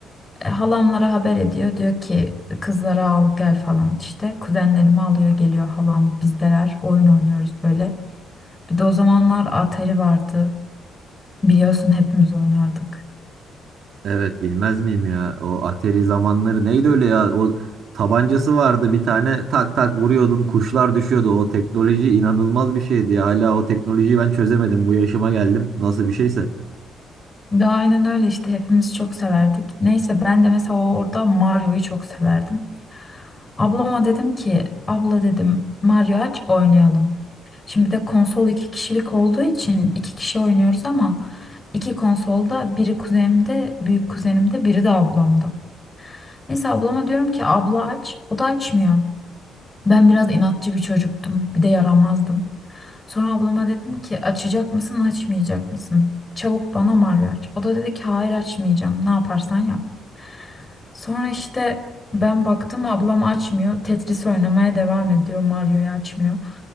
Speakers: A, on the left; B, on the right.
A: E, halamlara haber ediyor. Diyor ki kızları al gel falan işte. Kuzenlerimi alıyor geliyor halam bizdeler oyun oynuyoruz böyle. Bir de o zamanlar Atari vardı. Biliyorsun hepimiz oynardık.
B: Evet bilmez miyim ya o Atari zamanları neydi öyle ya o tabancası vardı bir tane tak tak vuruyordun kuşlar düşüyordu o teknoloji inanılmaz bir şeydi ya hala o teknolojiyi ben çözemedim bu yaşıma geldim nasıl bir şeyse
A: De aynen öyle işte hepimiz çok severdik. Neyse ben de mesela orada Mario'yu çok severdim. Ablama dedim ki abla dedim Mario aç oynayalım. Şimdi bir de konsol iki kişilik olduğu için iki kişi oynuyoruz ama iki konsolda biri kuzenimde büyük kuzenimde biri de ablamda. Neyse ablama diyorum ki abla aç o da açmıyor. Ben biraz inatçı bir çocuktum bir de yaramazdım. Sonra ablama dedim ki açacak mısın açmayacak mısın? Çabuk bana Mario aç. O da dedi ki hayır açmayacağım ne yaparsan yap. Sonra işte ben baktım ablam açmıyor. Tetris oynamaya devam ediyor. Mario'yu açmıyor.